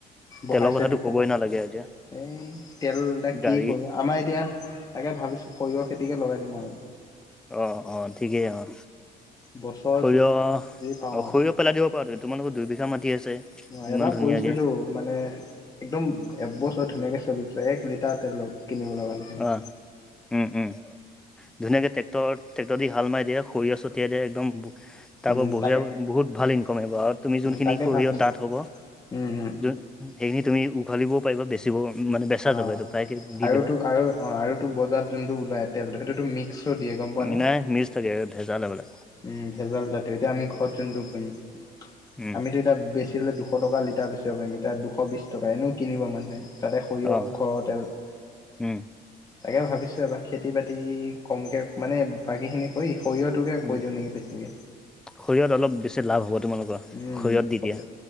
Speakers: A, in the centre; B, on the left (about 20°).
A: তেলৰ
B: বহাইছে
A: কথাটো
B: দুশ।
A: ক'বই নালাগে এতিয়া
B: এই তেল দা কি
A: গাড়ী
B: কবা আমাৰ এতিয়া তাকে ভাবিছোঁ সৰিয়হ খেতিকে লগাই দিম আৰু।
A: অ', অ' ঠিকেই অ',
B: বছৰত
A: সৰিয়হ
B: যি পাওঁ
A: অ' সৰিয় পেলাই দিব পাৰাতো, তোমালোকৰ দুইবিঘা মাটি আছে।
B: অ'
A: ইমান
B: এবাৰ
A: ধুনীয়াকে
B: কৰিছিলোঁ। মানে একদম এবছৰ ধুনীয়াকৈ চলিছে, এক লিটাৰ তেল কিনিব লগা নাই। মানে
A: অ', উম, উম ধুনীয়াকে ট্ৰেক্টৰত ট্ৰেক্টৰ দি হাল মাৰি দিয়ে সৰিয়হ ছটিয়াই দিয়ে একদম বু তাৰ পৰা
B: উম
A: বঢ়িয়া
B: তাকে
A: বহুত ভাল ইনকম আহিব আৰু তুমি যোনখিনি
B: তাকে
A: সৰিয়ত
B: ভাবিছো
A: ডাঠ হ'ব,
B: উম উম
A: যোন সেইখিনি তুমি উঘালিবও পাৰিবা, বেচিব মানে বেচা
B: অ
A: যাবা এইটো প্ৰায়কে দি
B: আৰুতো
A: দিবা।
B: আৰু অ', আৰুতো বজাত যোনটো ওলায়, তেলটো সেইটোতো মিক মিক্সো দিয়ে গম পোৱা নে
A: নাই মিছ থাকে, ভেজাল হ'বলা।
B: উম, ভেজাল জাতীয় এতিয়া আমি ঘৰত যোনটো কৰিম।
A: উম
B: আমিতো এতিয়া বেছ বেচিলে দুশ টকা লিটাৰ বেচিব পাৰিম, এতিয়া দুশ বিশ টকা এনেও কিনিব মানুহে। তাতে সৰিয়হ
A: অ'
B: ঘৰৰ তেল।
A: উম
B: তাকে ভাবিছোঁ, এবাৰ খেতি বাতি কমকে মানে বাকী খিনি কৰি সৰিয়হটোকে
A: উম
B: কৰি দিওঁ নেকি বেছিকে?
A: সৰিয়হত অলপ বেছি লাভ হ'ব তোমালোকৰ। সৰিয়ত
B: উম
A: দি
B: সৰিয়হ
A: দিয়া।